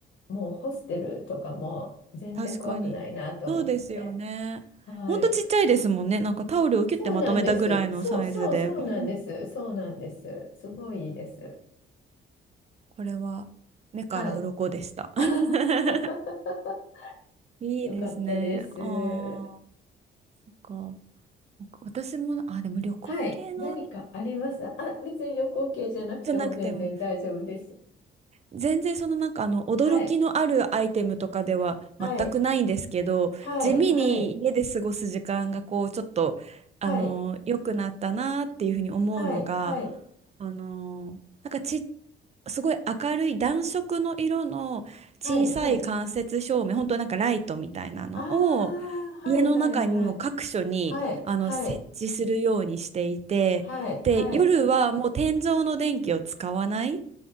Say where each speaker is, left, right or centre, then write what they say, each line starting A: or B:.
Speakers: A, on the left (about 60°); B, on the right (about 35°).
A: もうホステルとかも全然怖くないなと思って。
B: 確かに。そうですよね。
A: はい。
B: ほんとちっちゃいですもんね。なんかタオルをキュッてまとめたぐらいのサイズで。
A: そうなんです。そうそうそうなんです。
B: うん。
A: そうなんです。すごいいいです。
B: これは目から鱗でした。
A: はい。
B: <laughs>
A: <laughs>
B: いいですね。
A: よかったです。
B: ああ、なんか、私も、あ、でも旅行系の
A: はい。何かありますあ、別に旅行系じゃなくても全然大丈夫です。
B: じゃなくても、全然そのなんかあの、驚きのあるアイテムとかでは全くないんですけど、
A: はい。はい。はい。
B: 地味に家で過ごす時間がこう、
A: はい。
B: ちょっと、あの、
A: はい。
B: 良くなったなっていうふうに思うのが、
A: はい。はい。
B: あの、なんかちっすごい明るい暖色の色の小さい間接照明、
A: はい。はい。
B: 本当なんかライトみたいなのを
A: ああ、はい。
B: 家の中にも各所にあの設置するようにしていて、
A: はい。はい。はい。はい。はい。
B: で、
A: はい。
B: 夜はもう天井の電気を使わない。